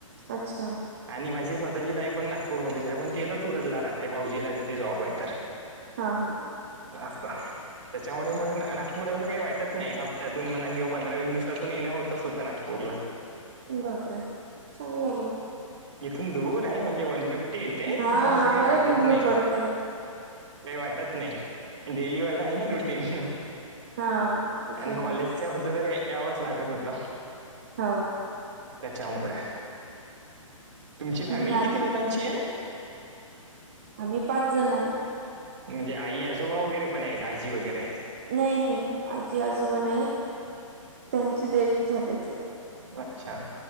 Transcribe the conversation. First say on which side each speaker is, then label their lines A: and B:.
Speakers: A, on the right; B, on the right.
A: अच्छा
B: आणि माझी स्वतःची ताई पण नागपूरमध्ये आहे पण ती आ तर सुरतला राहते भाऊजीला तिथे जॉब आहे तर
A: हा हा हा
B: असस्ता त्याच्यामुळे मग नागपूरात काही वाटत नाही हप्त्यातून म किंवा पंधरा वीस दिवसातून येणं होतच होतं नागपूरला
A: बापरे चांगलं म
B: इथून दूर आहे म्हणजे वन फिफ्टी येते
A: हा
B: पण असं
A: आम्हाला
B: काही वाटत
A: पण दूर
B: नाही
A: पडतय
B: काही वाटत नाही डेलीवाला आहे ना रुटीन
A: हा त्याच्यामुळे
B: आणि कॉलेजच्या हो तर यावंच लागत होत
A: हो
B: त्याच्या वंगडा तुमची फॅमिली
A: मग
B: किती लोकांची आहे
A: आम्ही पाच जन आहे.
B: म्हणजे आई आजोबा वगैरे पण आहे का? आजी वगैरे.
A: नाही नाही आजी आजोबा नाहीत त्यांची डेट झाली होती.
B: अच्छा.